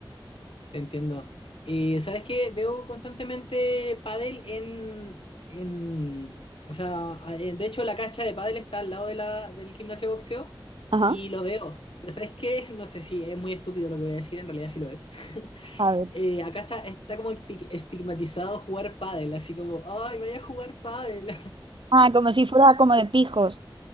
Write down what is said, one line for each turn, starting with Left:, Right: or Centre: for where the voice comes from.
Left: Te entiendo. Eh, ¿sabes qué? Veo constantemente pádel en, en... O sea, eh, de hecho la cancha de pádel está al lado de la, del gimnasio de boxeo
Right: Ajá.
Left: y lo veo. Pero ¿sabes qué? No sé si es muy estúpido lo que voy a decir, en realidad sí lo es.
Right: A ver.
Left: Eh, acá está, está como esti- estigmatizado jugar pádel, así como, ay, vaya a jugar pádel.
Right: Ah, como si fuera como de pijos.